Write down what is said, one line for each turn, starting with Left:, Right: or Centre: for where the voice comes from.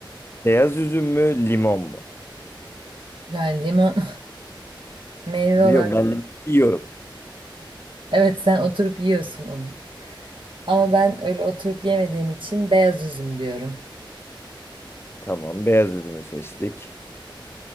Left: Beyaz üzüm mü, limon mu?
Right: Yani limon <laughs> meyve
Left: Biliyorum
Right: olarak
Left: ben limon yiyorum.
Right: evet sen oturup yiyorsun onu. Ama ben öyle oturup yemediğim için beyaz üzüm diyorum.
Left: Tamam, beyaz üzümü seçtik.